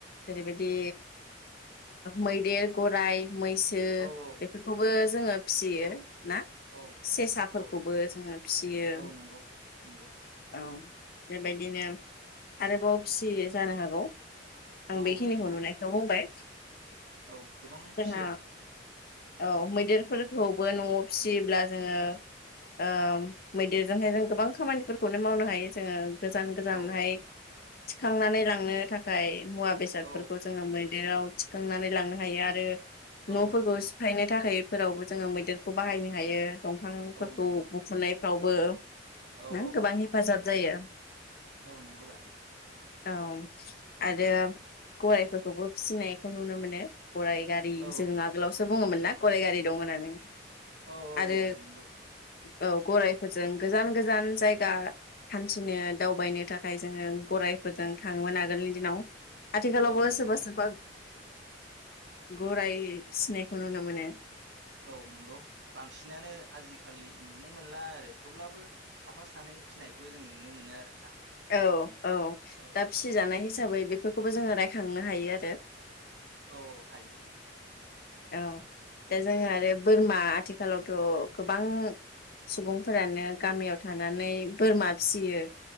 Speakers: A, on the left; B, on the right.
A: जेरैबायदि मैद देर गराय मैसो
B: औ औ
A: बेफोरखौबो जोङो फिसियो
B: औ
A: ना
B: औ
A: सेसाफोरखौबो
B: औ
A: जोङो फिसियो
B: औ नंगौ नंगौ
A: औ बेबायदिनो आरोबाव फिसियो जानो हागौ आं
B: औ
A: बेखिनिखौ
B: नंगौ
A: नुनायखौ बुंबाय
B: औ गोबां
A: जोंहा
B: फियो।
A: औ मैदेरफोरखौबो न'आव फिसियोब्ला जोंङो ओ मैदेरजोंहाय जों गोबां खामानिफोरखौनो मावनो हायो जोंङो गोजान-गोजानहाय
B: औ
A: थिखांनानै लांनो थाखाय मुवा बेसादफोरखौ
B: औ
A: जोंङो मैदेराव थिखांनानै लांनो हायो आरो
B: औ
A: न'फोरखौ सिफायनो थाखाय इफोरावबो जोंङो मैदेरखौ बाहायनो हायो। दंफांफोरखौ
B: औ नंगौ
A: बुखुनाय फ्रावबो
B: औ
A: नो
B: औ
A: गोबां
B: औ
A: हेफाजाब जायो।
B: औ नंगौ रा।
A: औ आरो गरायफोरखौबो फिसिनायखौ नुनो मोनो। गराय गारि
B: औ
A: जों आगोलावसो बुंङोमोन ना गराय गारि दं होननानै।
B: औ औ
A: आरो
B: औ नंगौ।
A: औ गरायफोरजों गोजान-गोजान जायगा हान्थिनो दावबायनो थाखाय जोंङो गरायफोरजों थांङोमोन आगोलनि दिनाव। आथिखालाव
B: औ
A: बो
B: नंगौ
A: सोरब-सोरबा गराय फिनायखौ नुनो मोनो।
B: औ नंगौ बांसिनानो आजिखालि नुनो मोनला आरो थेवब्लाबो साफा सानै फिनायखौ जों नुनो मोनो आरोना।
A: औ औ
B: औ
A: दा फिसिजानाय हिसाबै बेफोरखौबो जोंङो रायखांनो हायो आरो।
B: औ हायो।
A: औ दा जोंहा आरो बोरमा आथिखालावथ' गोबां सुबुंफोरानो गामियाव थानानै बोरमा फिसियो